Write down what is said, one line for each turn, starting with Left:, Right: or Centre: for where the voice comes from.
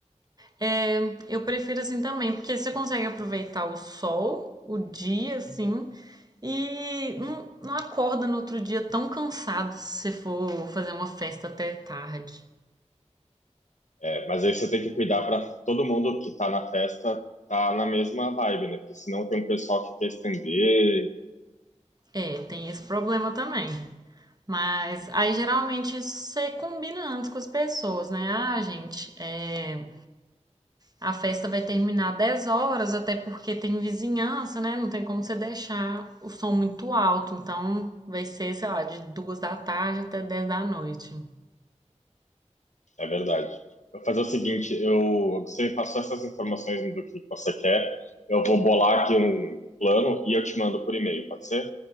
Right: É, eu prefiro assim também, porque você consegue aproveitar o sol, o dia, assim, e não, não acorda no outro dia tão cansado se você for fazer uma festa até tarde.
Left: É, mas aí você tem que cuidar para todo mundo que tá na festa tá na mesma vibe, né? Porque senão tem um pessoal que quer estender.
Right: É, tem esse problema também. Mas aí geralmente você combina antes com as pessoas, né? Ah, gente, é, A festa vai terminar 10 horas, até porque tem vizinhança, né? Não tem como você deixar o som muito alto. Então, vai ser, sei lá, de duas da tarde até dez da noite.
Left: É verdade. Eu vou fazer o seguinte: eu, você me passou essas informações do que você quer. Eu vou bolar aqui um plano e eu te mando por e-mail, pode ser?